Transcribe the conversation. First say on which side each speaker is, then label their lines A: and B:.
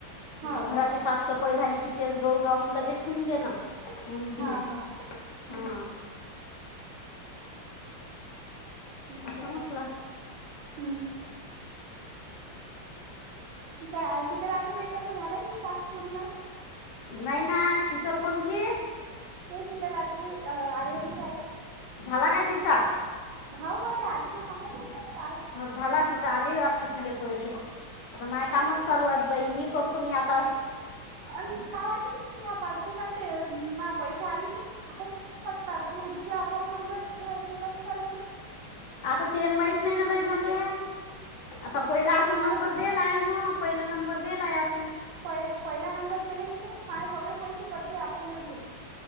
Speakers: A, on the left; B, on the right.
A: म्हटलं
B: हाव
A: घरात ची सापसफाई झाली की तेच गह गाऊन लगेच ठेवून देणं. उन दिऊन.
B: हा हा
A: हा.
B: हम्म हम्म.
A: असं
B: बरा
A: म्हटलं
B: मंग. हम्म. काय अशी तर रात्री प्यायचा तर झाला तास पूर्ण.
A: नाही ना शीतल कोणची?
B: ते शीतल आत्याबाई अ आर्यनच्या आई.
A: झाला काय तिचा.
B: हवं बदे आत्याबाई सांगत होते काल.
A: हो झाला तिच आली वाटते तिले पैशे. आता माय
B: काय
A: कामच
B: माहित
A: चालू आहेत बाई मी तुम्ही आता
B: अन् का वाटते पासबुकात ते म पैसे आले की आपण खटतात मग दुसरा अकाउंट नंबर टाकाल म ते कस करायचं.
A: आता ते अन् माहीत नायना बये मले. आता पहिला आपण
B: हाव
A: नंबर दिलाय हो पहिला नंबर दिलाय आपण.
B: पहि-पहिला नंबर दिले की नाय माझे सगळे पैसे कटले अकाउंटमधीच.